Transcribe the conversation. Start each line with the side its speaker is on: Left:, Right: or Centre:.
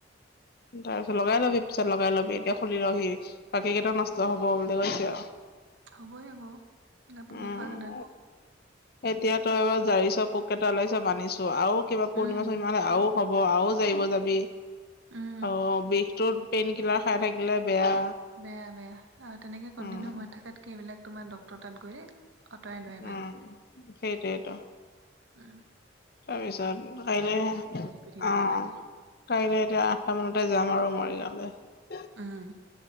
Left: তাৰ পিছত লগাই লবি, পিছত লগাই লবি, এতিয়া খুলিলহি বাকী কেইটা নষ্ট হ'ব বুলি কৈছে আৰু।
Right: হ'বই আকৌ গাপকে
Left: উম
Right: খোৱাক
Left: এতিয়া তই এবাৰ জাৰি পোক এটা ওলাইছে মানিছো আৰু কিবা পূৰ্ণিমা-চূৰ্ণমা
Right: উম
Left: আৰু হব আৰু যাবিব যাবি।
Right: উম
Left: অ', বিষটোত পেইন কিলাৰ খাই থাকিলে বেয়া।
Right: বেয়া-বেয়া তেনেকে কণ্টিনিউ
Left: উম
Right: হৈ থাকাতকে এইবিলাক তোমাৰ ডকট ত গৈ আঁতৰাই লোৱাই ভাল,
Left: উম সেইটোৱেইটো
Right: উ
Left: তাৰপিছত কাইলে
Right: কৰি থাকিব
Left: অ,
Right: নালাগে।
Left: কাইলে এতিয়া আঠটা মানতে যাম আৰু মৰিগাওঁলে।
Right: উম,